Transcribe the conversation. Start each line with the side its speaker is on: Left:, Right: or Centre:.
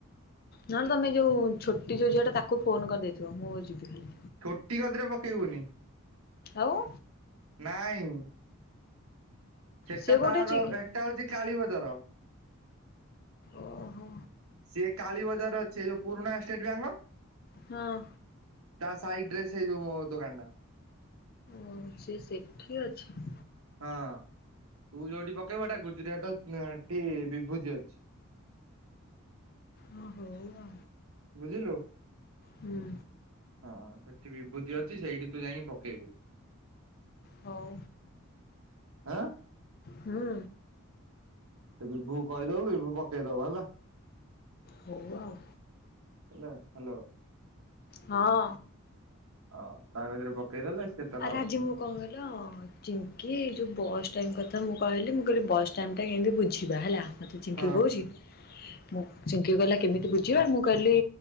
Left: ନହଲେ ତମେ ଏ ଯୋଉ ଛୋଟି ଯୋଉ ଝିଅଟା ତାକୁ ଫୋନ୍ କରିଦେଇଥିବ ମୁଁ ଯିବି ଖାଲି।
Right: ଛୋଟି କତିରେ ପକେଇବୁନି।
Left: ଆଉ?
Right: ନାଇଁ। ସେଟା
Left: ସିଏ କୋଉଠି
Right: ତାର
Left: ଅଛି କି?
Right: ଏଟା ହଉଛି କାଳୀ ବଜାର।
Left: ଓହୋ
Right: ସିଏ କାଳୀ ବଜାରରେ ଅଛି ଏ ଯୋଉ ପୁରୁଣା ଷ୍ଟେଟ୍ ବ୍ୟାଙ୍କ
Left: ହଁ
Right: ତା ସାଇଟ୍ ଡ୍ରେସ ସେ ଯୋଉ ମୋମୋ ଦୋକାନଟା।
Left: ଉଁ ସିଏ ସେଠି ଅଛି।
Right: ହଁ, ତୁ ଯୋଉଠି ପକେଇବୁ ଏଟା ଗୁଜୁରାଟ <unintelligible> ଣ୍ଟି ବିଭୂତି ଅଛି।
Left: ହଁ ହଉ ଆଉ।
Right: ବୁଝିଲୁ,
Left: ହୁଁ
Right: ହଁ ସେଠି ବିଭୂତି ଅଛି ସେଇଠି ତୁ ଯାଇଁକି ପକେଇବୁ।
Left: ହଉ।
Right: ଆଁ
Left: ହୁଁ
Right: ସେ ବିଭୁକୁ କହିଦବୁ ବିଭୁ ପକେଇ ଦବ ହେଲା।
Left: ହଉ ଆଉ।
Right: ହେଲା, ହାଲୋ।
Left: ହଁ
Right: ଅ ତା କତିରେ ପକେଇଦେଲେ ସେ ତାର
Left: ଆରେ ଆଜି ମୁଁ କଣ କିହିଲ ଚିଙ୍କି ଏଇ ଯୋଉ ବସ୍ ଟାଇମ୍ କଥା ମୁଁ କହିଲି ମୁଁ କହିଲି ବସ୍ ଟାଇମଟା କେମିତି ବୁଝିବା ହେଲା। ମତେ ଚିଙ୍କି
Right: ହଁ।
Left: କହୁଛି, ମୁଁ ଚିଙ୍କି କହିଲା କେମିତି ବୁଝିବା ମୁଁ କହି ଲି